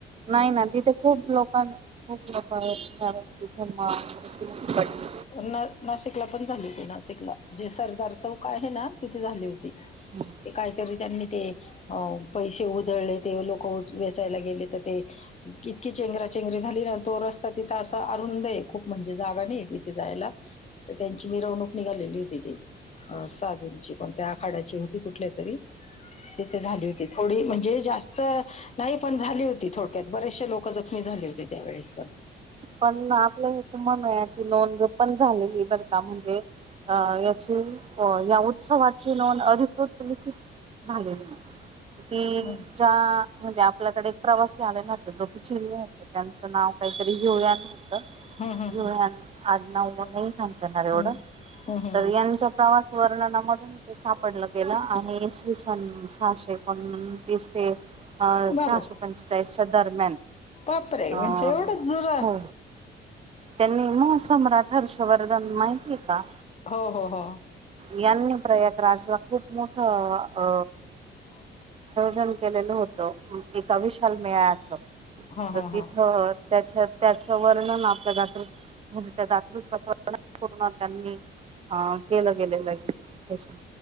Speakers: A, on the right; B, on the left.
A: नाही ना तिथे खूप लोकांन खूप लोकवरती आआहेत ववस्थित हु मा <inaudible>
B: न नासिकला पण झाली होती, नासिकला जे सरदार चौक आहे ना तिथे झाली होती.
A: हम्म.
B: ते काहीतरी, त्यांनी ते अ पैसे उधळले ते लोक उ वेचायला गेले ते इतकी चेंगरा चेंगरीे झाली ना तो रस्ता तिथं असा अरुंद आहे खूप म्हणजे जागा नाही तिथ, तिथ जायला त त्यांची मिरवणूक निघालेली होती तीअ साधूंची कोनत्या आखाडा ची होती कुठल्यातरी तिथ झाली होती थोडी म्हणजे जास्त, नाही पण झाली होती थोडक्यात बरेचसशे लोक जखमी झाले होते त्यावेेळेस पण
A: पण आपल्या इथे मम्याळ्याची नोंद पण झाली मी बदनाम म्हणजे अ याचीहो या उत्सव याची नोद अधिकृत व लिखित झाली ती
B: हं.
A: च्या <inaudible> आपल्याकडे एक प्रवास आलेला होत जो की चिरले होत त्यांचा नाव काहीतरी घेऊया होत
B: हं, हं,
A: घ
B: हं.
A: आ न
B: हं,
A: सांगता येणार एवढं
B: हं. हं, हं,
A: तर
B: हं.
A: यांच्या प्रवास, वर्ण न म ते सापडलं गेलं आणि तसां <unintelligible> सहाशे पणतीस ते अ सहाशे
B: बाबा!
A: पंचेचाळीसच्या दरम्यान
B: बापरे!
A: अ
B: म्हणजे एवढंच जुनं.
A: हो त्यांनी मग सम्रट, हर्ष वरधन माहिती आहेेत? का
B: हो, हो, हो.
A: यांनी, प्रयाग राजला खूप मोठ अ
B: <unintelligible>
A: यन केलेलं होत एका विशाल मेळ्याच
B: हां,
A: तर
B: हां,
A: तिथं
B: हां.
A: त्याच्यात त्याचं वर्णन त्या म्हणजे त्या दात पूर्ण त्यांनी अ केलं गेलेलं आहे त्याच्या